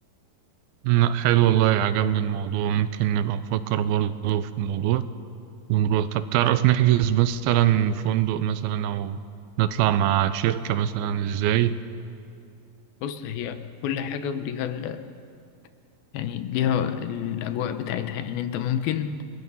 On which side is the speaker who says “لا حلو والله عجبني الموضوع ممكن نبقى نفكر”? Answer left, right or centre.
Right